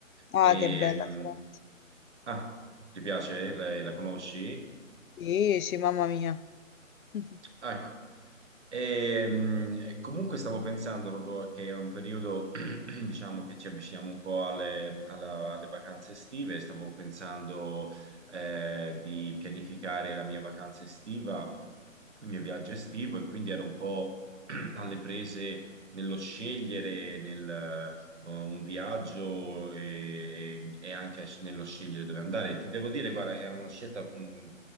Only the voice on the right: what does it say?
Ehm,
ah, ti piace? Lei la conosci?
Ecco. E, mh, comunque stavo pensando proprio che è un periodo, <clears throat> diciamo, che ci avviciniamo un po' alle, alla- alle vacanze estive. Stavo pensando eh, di pianificare la mia vacanza estiva, il mio viaggio estivo, e quindi ero un po' <clears throat> alle prese nello scegliere, eh, un viaggio e, e- e anche nello scegliere dove andare. Ti devo dire, guarda, è una scelta, mm, mm,